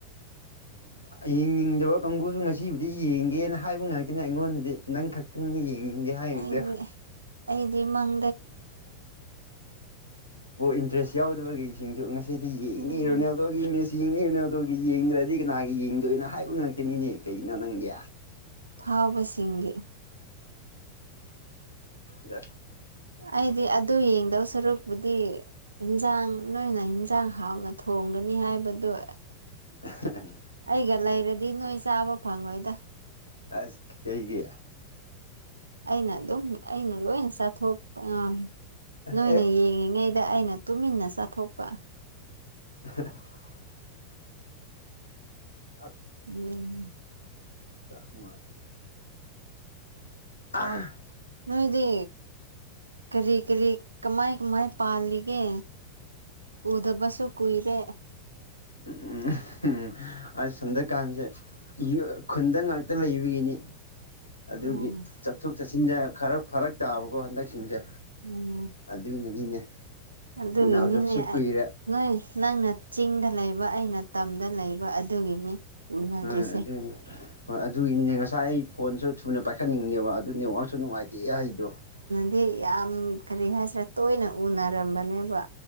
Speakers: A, on the left; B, on the right.
A: ꯍꯣꯏꯡꯅꯤꯡꯗꯕ ꯀꯥꯡꯕꯨꯨꯁꯨ ꯉꯁꯤꯕꯨꯗꯤ ꯌꯦꯡꯒꯦꯅ ꯍꯥꯏꯕ ꯉꯥꯛꯇꯅꯤ ꯑꯩꯉꯣꯟꯗ ꯑꯗꯨꯗꯤ ꯅꯪ ꯈꯛꯇꯤꯡꯅꯦ ꯌꯦꯡꯅꯤꯡꯒꯦ ꯍꯥꯏꯔꯤꯗ
B: ꯑꯩ ꯑꯩꯗꯤ ꯃꯪ
A: ꯏꯟꯇꯔꯦꯁ ꯌꯥꯎꯗꯕꯒꯤꯩꯁꯤꯡꯁꯨ ꯉ ꯁꯤꯗꯤ ꯌꯦꯡꯅꯤ
B: ꯎꯝ
A: ꯔꯣꯅꯦꯜꯗꯣꯒꯤ ꯃꯦꯠꯁ ꯌꯦꯡꯅꯤ ꯔꯣꯅꯦꯜꯗꯣꯒꯤ ꯌꯦꯡꯗ꯭ꯔꯗꯤ ꯀꯅꯥꯒꯤ ꯌꯦꯡꯗꯣꯏꯅꯣ ꯍꯥꯏꯕ ꯉꯥꯛꯇꯅꯤꯅꯦ ꯀꯩꯅꯣ ꯅꯪꯒꯤ
B: ꯐꯕꯁꯤꯡꯒꯤꯦ
A: ꯗꯔ
B: ꯑꯩꯗꯤ ꯑꯗꯨ ꯑꯗꯨ ꯌꯦꯡꯗꯧ ꯁꯔꯨꯛꯄꯨꯗꯤ ꯌꯦꯟꯖꯥꯡ ꯅꯣꯏꯅ ꯌꯦꯟꯖꯥꯡ ꯍꯥꯎꯅ ꯊꯣꯡꯒꯅꯤ ꯍꯥꯏꯕꯗꯨ <unintelligible>
A: <unintelligible>
B: ꯑꯩꯒ ꯂꯩꯔꯗꯤ ꯅꯣꯏ ꯆꯥꯕ ꯐꯪꯉꯣꯏꯗ
A: ꯑꯁ ꯀꯩ ꯀ
B: ꯑꯩꯅ ꯑꯗꯨꯝ ꯑꯩꯅ ꯂꯣꯏ ꯆꯥꯊꯣꯛꯄ ꯑꯥ ꯅꯣꯏꯅ
A: ꯑꯦ
B: ꯌꯦꯡꯉꯤꯉꯩꯗ ꯗ ꯑꯩꯅ ꯇꯨꯃꯤꯟꯅ ꯆꯥꯊꯣꯛꯄ
A: <unintelligible> ꯍ
B: ꯎꯝ
A: ꯁꯃꯦ ꯑ
B: ꯎꯗꯤ ꯀꯔꯤ ꯀꯔꯤ ꯀꯃꯥꯏ ꯀꯃꯥꯏ ꯄꯥꯜꯂꯤꯒꯦ ꯎꯗꯕꯁꯨ ꯀꯨꯏꯗꯦ
A: ꯎ ꯎꯝ ꯎꯝ ꯑ ꯆꯟꯗ꯭ꯔꯀꯥꯟꯁꯦ ꯈꯨꯟꯗ ꯉꯥꯛꯇ ꯂꯩꯕꯒꯤꯅꯤ ꯑꯗꯨꯒꯤ
B: ꯎꯝ
A: ꯆꯠꯊꯣꯛ ꯆꯠꯁꯤꯟꯗ ꯈꯔ ꯐꯔꯛ ꯇꯥꯕꯀꯣ ꯍꯟꯗꯛꯁꯤꯡꯁꯦ
B: ꯎꯝ
A: ꯑꯗꯨꯅꯅꯤꯅꯦ
B: ꯑꯗꯨꯒꯤꯅꯤꯅꯦ
A: ꯎꯅꯗꯕꯁꯨ ꯀꯨꯏꯔꯦ
B: ꯅꯣꯏ ꯅꯪꯅ ꯆꯤꯡꯗ ꯂꯩꯕ ꯑꯩꯅ ꯇꯝꯗ ꯂꯩꯕ ꯑꯗꯨꯒꯤꯅꯤ ꯎꯅꯗ꯭ꯔꯤꯁꯦ
A: ꯑ ꯑꯗꯨꯅꯤ ꯍꯣꯏ ꯑꯗꯨꯒꯤꯅꯤꯅꯦ ꯉꯁꯥꯏ ꯑꯩ ꯐꯣꯟꯁꯨ ꯊꯨꯅ ꯄꯥꯏꯈꯠꯅꯤꯡꯉꯅꯦꯕ ꯑꯗꯨ ꯅꯦꯠꯋꯥꯛꯁꯨ ꯅꯨꯡꯉꯥꯏꯇꯦ ꯏ ꯍꯩꯗꯣ
B: ꯁꯤꯗꯤ ꯌꯥꯝ ꯀꯔꯤ ꯍꯥꯏꯁꯤꯔꯦ ꯇꯣꯏꯅ ꯎꯅꯔꯝꯕꯅꯦꯕ